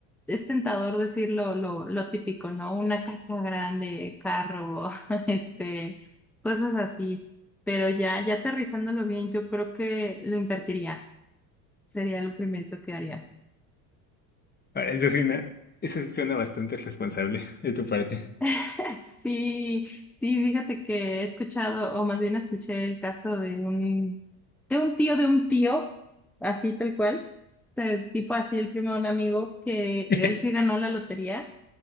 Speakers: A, in the centre; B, on the left.
A: es tentador decir lo, lo, lo típico, ¿no? Una casa grande, carro, <laughs> este, cosas así, pero ya, ya aterrizándolo bien, yo creo que lo invertiría, sería lo primero que haría.
B: Ahora, eso suena, eso suena bastante responsable de tu parte.
A: <laughs> Sí, sí, fíjate que he escuchado, o más bien escuché el caso de un, de un tío de un tío, así tal cual eh, tipo así el primo de un amigo que
B: <laughs>
A: él sí ganó la lotería